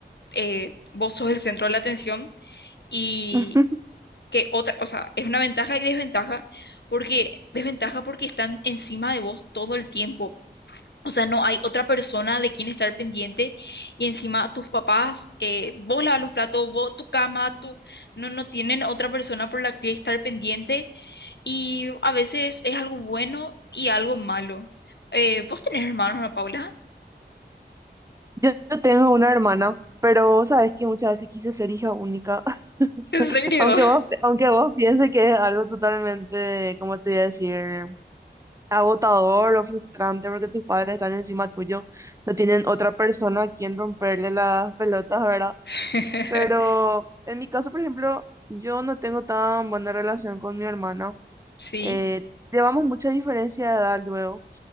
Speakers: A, on the left; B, on the right.
A: eh, vos sos el centro de la atención y
B: <laughs>
A: que otra, o sea, es una ventaja y desventaja porque desventaja porque están encima de vos todo el tiempo. O sea, no hay otra persona de quien estar pendiente y encima tus papás, eh, vos lavas los platos, vos tu cama, tu... No, no tienen otra persona por la que estar pendiente y a veces es algo bueno y algo malo. Eh, ¿vos tenés hermanos, Ana Paula?
B: Yo, yo tengo una hermana, pero sabes que muchas veces quise ser hija única, <laughs>
A: ¿En serio?
B: aunque vos, aunque vos pienses que es algo totalmente, ¿cómo te voy a decir? agotador o frustrante porque tus padres están encima tuyo, no tienen otra persona a quien romperle las pelotas, ¿verdad?
A: <laughs>
B: Pero en mi caso, por ejemplo, yo no tengo tan buena relación con mi hermana.
A: Sí,
B: Eh, llevamos mucha diferencia de edad luego,